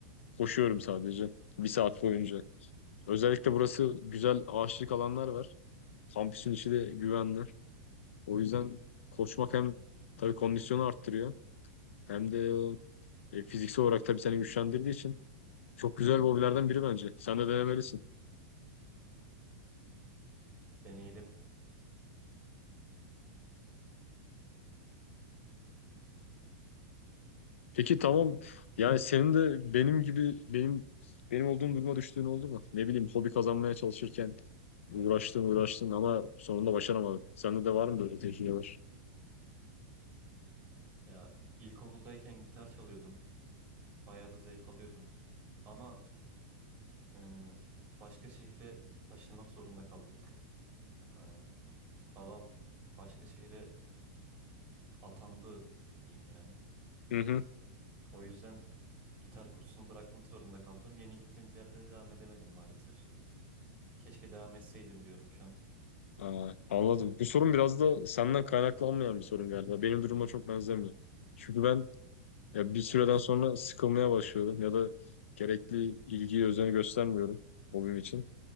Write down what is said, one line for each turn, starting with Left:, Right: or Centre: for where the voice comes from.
Left: Koşuyorum sadece bir saat boyunca. Özellikle burası güzel ağaçlık alanlar var. Kampüsün içi de güvenli. O yüzden koşmak hem tabii kondisyonu arttırıyor. Hem de e, fiziksel olarak tabii seni güçlendirdiği için çok güzel bir hobilerden biri bence. Sen de denemelisin.
Right: Deneyelim.
Left: Peki tamam. Yani senin de benim gibi benim benim olduğum duruma düştüğün oldu mu? Ne bileyim hobi kazanmaya çalışırken uğraştın uğraştın ama sonunda başaramadın. Sende de var mı böyle tecrübeler?
Right: Ya ilkokuldayken gitar çalıyordum. Bayağı da zevk alıyordum. Ama e, başka şehre taşınmak zorunda kaldık. E, babam başka şehre atandı diyeyim yani.
Left: Hı hı.
Right: O yüzden gitar kursunu bırakmak zorunda kaldım. Yeni gittiğimiz yerde de devam edemedim maalesef. Keşke devam etseydim diyorum şu an.
Left: Aa, anladım. Bu sorun biraz da senden kaynaklanmayan bir sorun galiba. Benim duruma çok benzemiyor. Çünkü ben Ya bir süreden
Right: Evet.
Left: sonra sıkılmaya başlıyorum ya da gerekli ilgiyi, özeni göstermiyorum hobim için.